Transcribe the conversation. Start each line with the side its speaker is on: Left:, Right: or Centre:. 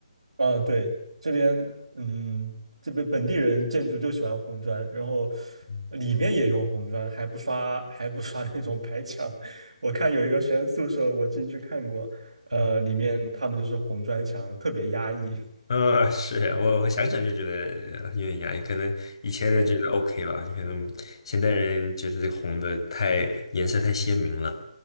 Right: 啊，对，这边嗯，这边本地人建筑就喜欢红砖，然后
Left: 嗯
Right: 里面也用红砖，还不刷还不刷那种白墙。<laughs> 我看有一个学生宿舍，我进去看过，呃，
Left: 嗯。
Right: 里面他们就是红砖墙，特别压抑。
Left: 呃，是我我想想就觉得呃有点压抑，可能以前人觉得
Right: 嗯
Left: OK 吧，可能现代人觉得这个红的太颜色太鲜明了。